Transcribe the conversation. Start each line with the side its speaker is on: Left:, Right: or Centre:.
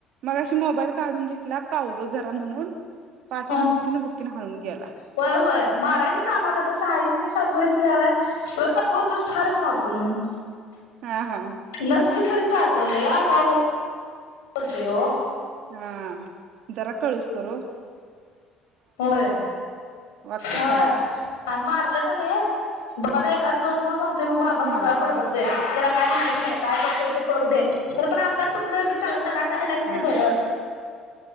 Right: मगाशी मोबाईल काढून घेतला. कावलो जरा म्हणून. पाठीत
Left: हा
Right: बुक्कीन बुक्कीन हाणून गेला
Left: होय होय मारायच्या कामात आता साईंस नी सासुवासनी आलाय. तूला संपवतो ठारच मारतो म्हणून.
Right: हा हा
Left: नसलीस तरी चालत लय आगाव बोलतोय हो.
Right: हा जरा कळस्तरू.
Left: होय
Right: वागत्यात
Left: होय
Right: चांगली.
Left: आणि मारलं कनाय मला एकाच दोन करून सांगतोय मग बाबा
Right: हा
Left: मला बडबडतोय. त्याला काय म्हणायचं नाही काय करतय ते करू दे तर पण आता चुकलं की तडाकतडाक त्याला किती
Right: हा
Left: बरं.